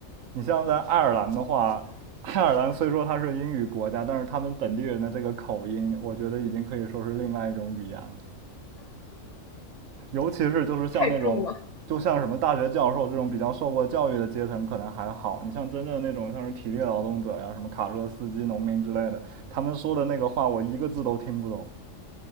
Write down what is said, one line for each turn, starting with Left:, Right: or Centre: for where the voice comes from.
Right: 你像在爱尔兰的话，爱尔兰虽说它是英语国家，但是他们本地人的这个口音，我觉得已经可以说是另外一种语言了。尤其是就是像那种，
Left: 太重了
Right: 就像什么大学教授这种比较受过教育的阶层可能还好，你像真正那种像是体力劳动者呀、什么卡车司机、农民之类的，他们说的那个话我一个字都听不懂。